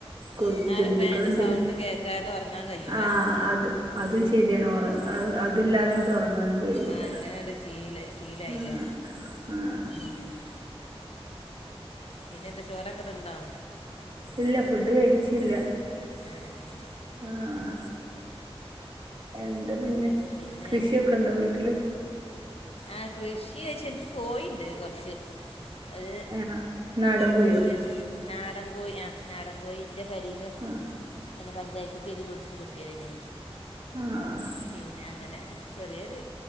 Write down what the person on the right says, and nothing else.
കൊ
ജന്തുക്കളെന്തേല്.
ആഹ് അത് അതും ശരിയാണ് ഒറ അഹ് അത് ല്ലാതെങ്ങട്ട് ഒറങ്ങാനും കഴിയൂല
ആഹ് ആഹ്
ഇല്ല ഫുഡ് കഴിച്ചില്ല
ആഹ എന്താ പിന്നെ
കൃഷിയൊക്കെ ഉണ്ടോ വീട്ടില്
ആ നാടൻ കോഴിയോ
ആ
ആഹ്